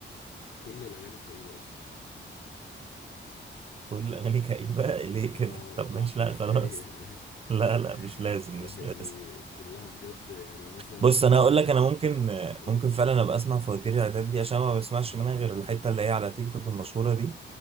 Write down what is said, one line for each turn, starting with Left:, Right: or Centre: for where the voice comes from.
Left: كل الأغاني كئيبة أصلا
Right: كل اغاني كئيبه ليه
Left: <laughs>
Right: كده
Left: اه
Right: طب
Left: ح-
Right: ماشي
Left: حرفيا
Right: لا خلاص
Left: يعني
Right: <laughs> لا لا مش
Left: <laughs>
Right: لازم
Left: يعني
Right: مش لازم
Left: كلها بجد يعني مثلا
Right: بص انا
Left: صدق
Right: هقول لك انا ممكن
Left: قول
Right: ممكن فعلا ابقى اسمع فواتير العتاب دي عشان ما بسمعش منها غير الحته اللي هي على تيك توك المشهوره دي